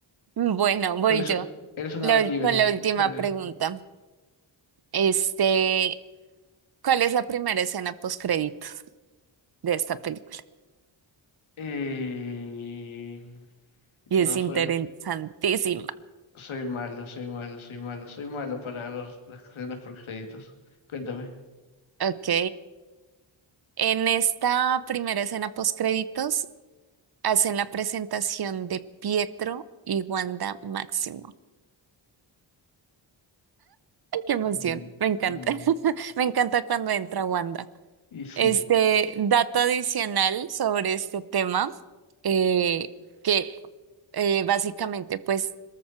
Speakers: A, on the right; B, on the left.
A: Bueno, voy
B: Tú eres,
A: yo.
B: un- eres un
A: La
B: ave libre,
A: ul- con la última
B: dale.
A: pregunta. Este, ¿cuál es la primera escena post créditos de esta película?
B: Eh, no,
A: Y es interesantísima.
B: soy, soy malo, soy malo, soy malo, soy malo para los- las cadenas por créditos. Cuéntame.
A: Ok. En esta primera escena post créditos hacen la presentación de Pietro y Wanda Máximo. Ay, qué emoción.
B: Mm,
A: Me encanta.
B: mm.
A: <laughs> Me encanta cuando entra Wanda.
B: Y sí,
A: Este dato adicional sobre este tema, eh, que eh, básicamente pues